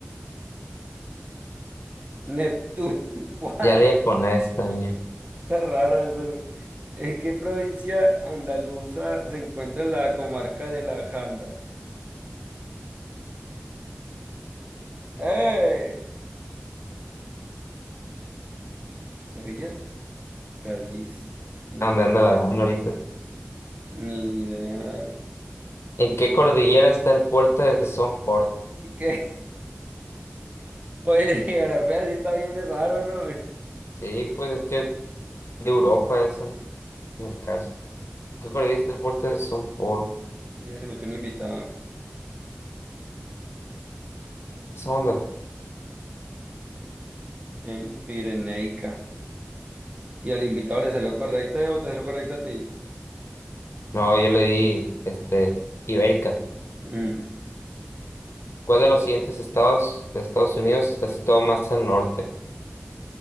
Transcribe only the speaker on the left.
Ya le iba a poner esta también.
¿A dónde
anda la dan ahorita?
¿En qué cordillera está el puerto de Somport?
Sí, pues es que de Europa, esa, en el caso. ¿Qué le diste el puerto Son por
¿Esa onda?
No, yo le di, este, Ibérica.
¿Cuál de los siguientes estados de Estados Unidos está situado más al norte?